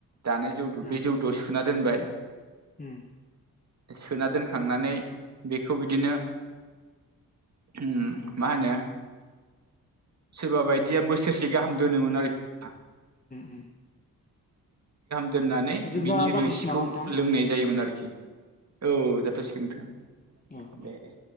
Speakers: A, on the right; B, on the left.
A: दानाय जौदु
B: उम
A: बे जौदुआव सोना दोनबाय।
B: उम
A: सोना दोनखांनानै बेखौ बिदिनो उम मा होनो? सोरबा बायदिया बोसोरसे गाहाम दोनोमोन आरोखि ना?
B: उम
A: दोननानै
B: बिदिब्ला
A: बिनि
B: जाथ'सै
A: रोसिखौ
B: नामा नोंथां
A: लोंनाय जायोमोन आरोखि । औ जाथ'सिगोन नोंथां
B: औ दे
A: दे-दे ।